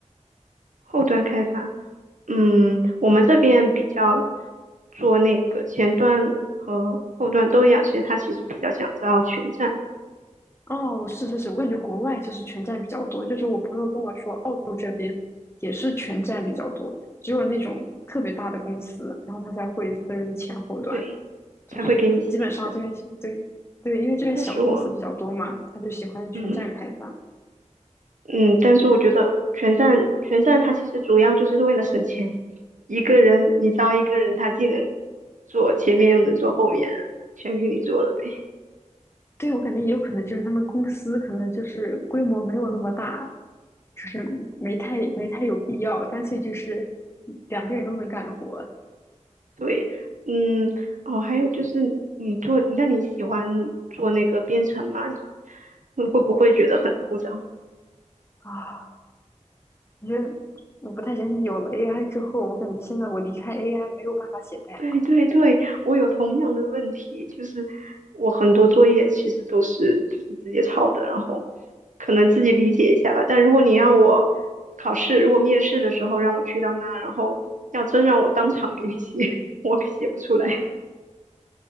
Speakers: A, on the right; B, on the left.
A: 后端开发？嗯，我们这边比较做那个前端和后端都一样，其实它其实比较想招全站，
B: 哦，是是是，我感觉国外就是全站比较多，就是我朋友跟我说，澳洲这边也是全站比较多，只有那种特别大的公司，然后他才会分前后端，
A: 对，
B: 就是基本上这边对对，
A: 才会给你细分。
B: 因为这边小公司比较多嘛，
A: 但是我，
B: 他就喜欢全站开发。
A: 嗯。嗯，但是我觉得全站全站它其实主要就是为了省钱。一个人你招一个人，他既能做前面又能做后面，全给你做了呗。
B: 对，我感觉也有可能就是他们公司可能就是规模没有那么大，就是没太没太有必要，干脆就是两个人都能干活
A: 对，嗯，哦，还有就是你做，那你喜欢做那个编程吗？你会不会觉得很枯燥？
B: 啊。反正我不太相信有了 AI 之后，我感觉现在我离开 AI 没有办法写代码，
A: 对对对，我有同样的问题，就是我很多作业其实都是就是直接抄的，然后可能自己理解一下吧。但如果你让我考试，如果面试的时候让我去到那，然后要真让我当场给你写，<laughs> 我可写不出来。